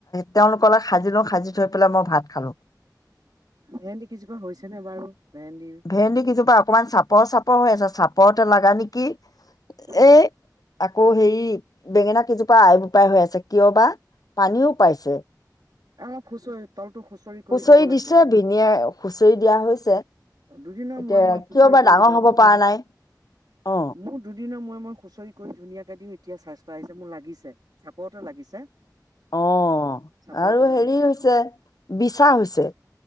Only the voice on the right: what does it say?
ভেন্দি কেইজোপা হৈছে নে বাৰু ভেন্দি
উম
অলপ হুচৰি তলটো খুচৰি কৰি
দিব লাগিব
ম
দুদিনৰ
মুয়ে খুচৰি
কৰি
দিব লাগ
মোৰ
মোৰ দুদিনৰ মই মই হুচৰি কৰি ধুনীয়াকে দিম এতিয়া আহিছে মোৰ লাগিছে চাপৰতে লাগিছে
চাপৰতে
লাগিছে
আকৌ